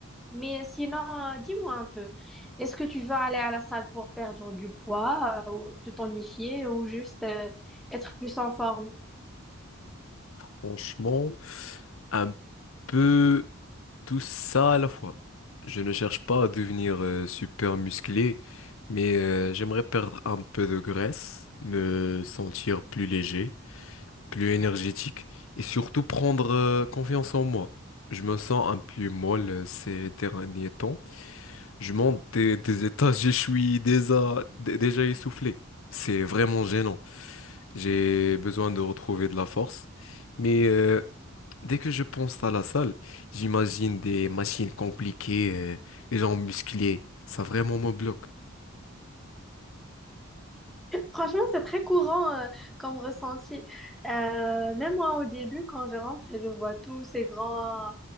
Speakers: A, in the centre; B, on the left.
A: Mais sinon, euh, dis-moi un peu, est-ce que tu vas aller à la salle pour perdre du poids, euh, ou te tonifier ou juste euh, être plus en forme?
B: Franchement, un peu. Tout ça à la fois. Je ne cherche pas à devenir euh, super musclé, mais euh, j'aimerais perdre un peu de graisse, me sentir plus léger, plus énergétique et surtout prendre euh, confiance en moi. Je me sens un peu molle euh, ces derniers temps. Je monte des, des étages, je suis déjà, dé- déjà essoufflé. C'est vraiment gênant. J'ai besoin de retrouver de la force. Mais euh, Dès que je pense à la salle, j'imagine des machines compliquées, euh, des gens musclés. Ça vraiment me bloque.
A: Franchement, c'est très courant euh, comme ressenti. Euh, même moi, au début, quand je rentre et je vois tous ces grands euh,